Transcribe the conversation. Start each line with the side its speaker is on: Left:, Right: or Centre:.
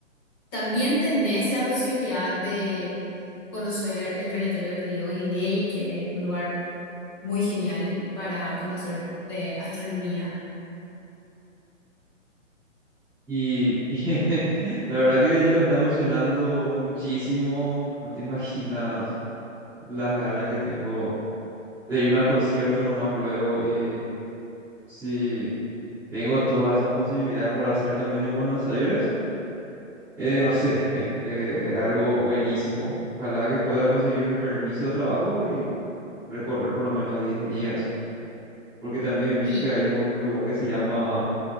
Left: También tenés la posibilidad de conocer el planetario Galileo Galilei, que es un lugar muy genial para conocer de astronomía.
Centre: y, <laughs> y la verdad que ya me está emocionando muchísimo. No te imaginas las ganas que tengo de irme al concierto nomás luego. Y si tengo todas esas posibilidades para hacer también en Buenos Aires. Eh, no sé, <laughs> eh, eh, algo buenísimo. Ojalá que pueda conseguir un permiso de trabajo y recorrer por lo menos 10 días. Porque también vi
Left: y
Centre: que hay un lugar que se llama